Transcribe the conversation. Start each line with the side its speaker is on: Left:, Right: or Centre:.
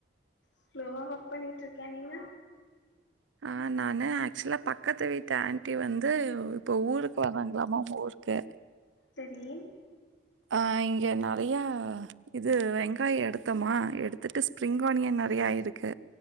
Left: ஸ்லோவா ஒர்க் பண்ணிட்டு இருக்கேன் நீங்க
Right: ஆ நானு ஆக்சுவலா பக்கத்து வீட்டு ஆன்ட்டி வந்து இப்போ ஊருக்கு வராங்களாமா உங்க ஊருக்கு
Left: சரி
Right: ஆ இங்கே நறையா இது வெங்காய எடுத்தமா எடுத்துட்டு ஸ்ப்ரிங் ஆனியன் நெறையாயிருக்கு